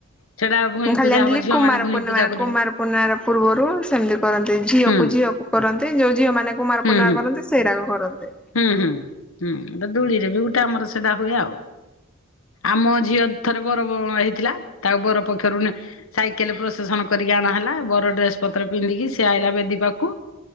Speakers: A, on the left; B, in the centre.
A: ସେଟା ଭୂଇଁ
B: ମୁଁ ଖାଲି
A: ପୂଜା
B: ଜାଣିଥିଲି
A: ହବ ଝିଅ
B: କୁମାର
A: ମାନେ ଭୂଇଁ
B: ପୂର୍ଣିମାରେ
A: ପୂଜା କରିବେ
B: କୁମାର ପୂର୍ଣ୍ଣିମାର ପୂର୍ବରୁ ସେମିତି କରନ୍ତି ଝିଅକୁ
A: ହୁଁ
B: ଝିଅକୁ କରନ୍ତି ଯୋଉ ଝିଅ ମାନେ କୁମାର
A: ହୁଁ
B: ପୂର୍ଣ୍ଣିମା
A: ହୁଁ।
B: କରନ୍ତି ସେଇରାକ କରନ୍ତି।
A: ହୁଁ ହୁଁ ହୁଁ ଦୂଳିରେ ବି ଗୋଟେ ଆମର ସେଟା ହୁଏ ଆଉ ଆମ ଝୀ ଝିଅ ଥରେ ବର ବ ହେଇଥିଲା ତାକୁ ବର ପକ୍ଷରୁ ନେ ସାଇକେଲ ପ୍ରଶେସଣ କରିକି ଅଣା ହେଲା ବର ଡ୍ରେସ ପତ୍ର ପିନ୍ଧିକି ସିଏ ଆଇଲା ବେଦୀପାକୁ।